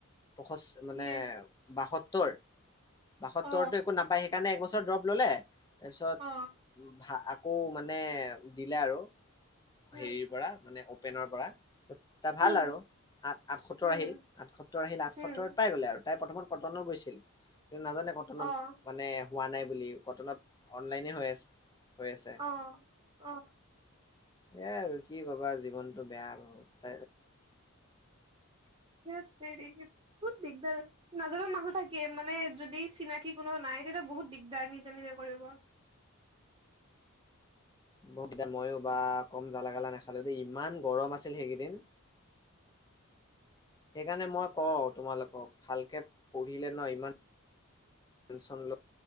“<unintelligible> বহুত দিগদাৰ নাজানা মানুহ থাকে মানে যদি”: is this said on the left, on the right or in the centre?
Right